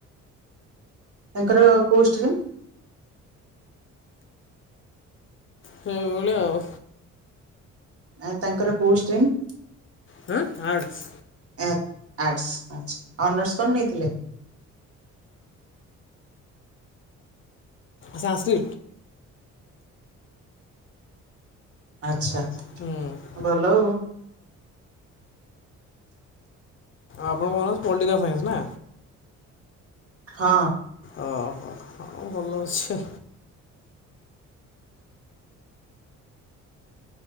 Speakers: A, on the right; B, on the left.
A: ତାଙ୍କର କୋଉ ଷ୍ଟ୍ରିମ?
B: ସେଇ ଭଳିଆ ଆଉ।
A: ଆ ତାଙ୍କର କୋଉ ଷ୍ଟ୍ରିମ?
B: ହଁ ଆର୍ଟସ୍
A: ଆ ଆଚ୍ଛା ଅନର୍ସ କଣ ନେଇଥିଲେ?
B: ସେ ଆସୁ
A: ଆଚ୍ଛା।
B: ହୁଁ।
A: ଭଲ ଆଉ
B: ଆପଣଙ୍କ କଣ ପଲିଟାଲ୍ ସାଇନ୍ସ ନା?
A: ହଁ।
B: ଅହଁ ଭଲ ଅଛି।